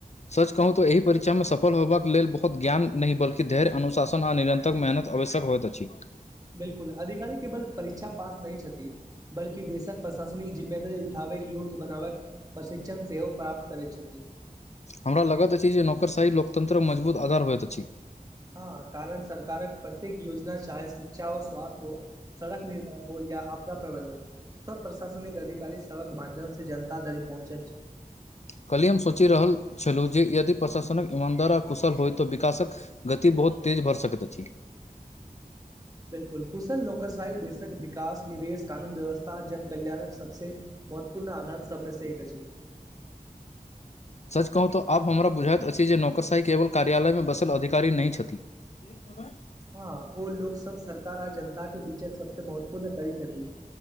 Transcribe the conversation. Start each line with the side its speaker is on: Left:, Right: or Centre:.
Left: सच कहू तऽ एहि परीक्षा मे सफल होबा कऽ लेलऽ बहुत ज्ञान नहि बल्कि धैर्य अनुशासन आ निरन्र तक मेहनत आवश्यक होइत अछि।
Right: बिल्कूल अधिकारी केवल परीक्षा पास नहि छथि बल्कि देशक प्रशासनिक जिम्मेदारी उठाबै योग्य बनाबकऽ प्रशिक्षण सेहो प्राप्त करै छथिन
Left: हमरा लगैत अछि जे नौकरशाही लोकतन्त्र मे मजबूत आधार होइत अछि।
Right: ह। कारण सरकारक प्रत्येक योजना चाहे शिक्षा हो स्वास्थ्य हो सड़क निर्माण हो या आपदा प्रबंधन। सभ प्रशासनिक अधिकारी सभ कऽ माध्यम से जनता धरि पहुँचैत छै
Left: कल्हि हम सोचि रहल छलहुँ जे यदि प्रशासनक ईमानदार आ कुशल होइ तऽ विकासकऽ गति बहुत तेज भर सकत अछि
Right: बिल्कूल कुशल नौकरशाी देशक विकास निवेश कानून व्यवस्था जन कल्याणक सभसे महत्वपूर्ण आधार सभमे से एक अछि
Left: सच कहू तऽ आब हमरा बुझाइत अछि जे नौकरशाही केवल कार्यालय मे बसल अधिकारी नहि छथि <unintelligible>
Right: हँ ओ लोक सभ सरकार आ जनता के बीच एक सभसे महत्वपूर्ण करी छथि